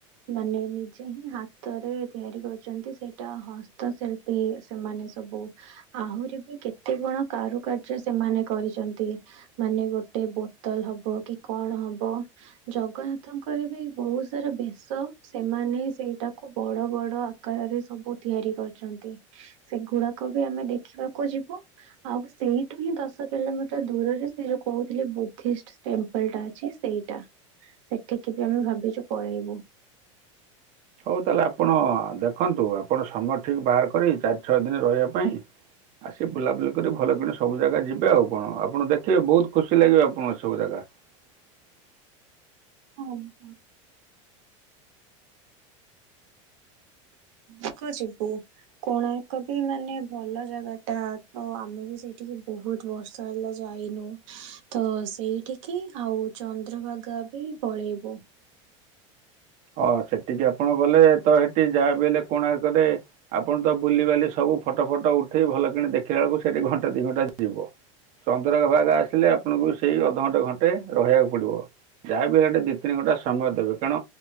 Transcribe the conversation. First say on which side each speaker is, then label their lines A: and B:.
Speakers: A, on the right; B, on the right.
A: ମାନେ ନିଜେ ହିଁ ହାତରେ ତିଆରି କରିଛନ୍ତି, ସେଇଟା ହସ୍ତଶିଳ୍ପୀ ସେମାନେ ସବୁ ଆହୁ ଆହୁରି ବି କେତେ କଣ କାରୁକାର୍ଯ୍ୟ, ସେମାନେ କରିଛନ୍ତି, ମାନେ ଗୋଟେ ବୋତଲ ହବ କି କଣ ହବ, ଜଗନ୍ନାଥଙ୍କର ବି ବହୁତ ସାରା ବେଶ ସେମାନେ ସେଇ ଟାକୁ ବଡ଼ ବଡ଼ ଆକାରରେ ସବୁ ତିଆରି କରିଛନ୍ତି। ସେଗୁଡ଼ାକ ବି ଆମେ ଦେଖିବାକୁ ଯିବୁ ଆଉ ସେଇଠୁ ହିଁ ଦଶ କିଲୋମିଟର ଦୂରରେ ସେ ଯୋଉ କହୁଥିଲି ବୁଦ୍ଧିଷ୍ଟ ଟେମ୍ପଲ ଟା ଅଛି ସେଇଟା। ସେଠିକି ବି ଆମେ ଭାବିଛୁ ପଳେଇବୁ।
B: ହଉ, ତାହେଲେ ଆପଣ ଦେଖନ୍ତୁ ଆ ଆପଣ ସମୟ ଠିକ ବାହାର କରି ଚାରି ଛଅ ଦିନ ରହିବା ପାଇଁ ଆସି ବୁଲାବୁଲି କରି ଭଲ କିଣି ସବୁ ଜାଗା ଯିବେ ଆଉ କଣ, ଆପଣ ଦେଖିବେ ବହୁତ ଖୁସି ଲାଗିବ ଆପଣଙ୍କୁ ଏ ସବୁ ଜାଗା। <unintelligible>
A: ହଁ <unintelligible> <unintelligible> କୁ ଯିବୁ କୋଣାର୍କ ବି ମାନେ ଭଲ ଜାଗା ଟା ତ ଆମେ ବି ସେଇଠିକି ବହୁତ ବର୍ଷ ହେଲା ଯାଇ ଯାଇନୁ ହ ତ ସେଇଠିକି ଆଉ ଚନ୍ଦ୍ରଭାଗା ବି ପଳେଇବୁ।
B: ହଁ ସେଠିକି ଆପଣ ଗଲେ ତ ସେଠି ଯାହା ବି ହେଲେ କୋଣାର୍କରେ ଆପଣ ତ ବୁଲିବାଲି ସ ବୁ ଫଟୋ ଫଟୋ ଉଠେଇ ଭଲ କିଣି ଦେଖିଲା ବେଳକୁ ସେଠି ଘଣ୍ଟେ ଦି ଘଣ୍ଟା ଯିବ। ଚନ୍ଦ୍ରଭାଗା ଆସିଲେ ଆପଣଙ୍କୁ ସେଇ ଅଧଘଣ୍ଟା ଘଣ୍ଟେ ରହିବାକୁ ପଡ଼ିବ। ଯାହାବି ସେଠି ଦି ତିନି ଘଣ୍ଟା ସମୟ ଦେବେ, କାରଣ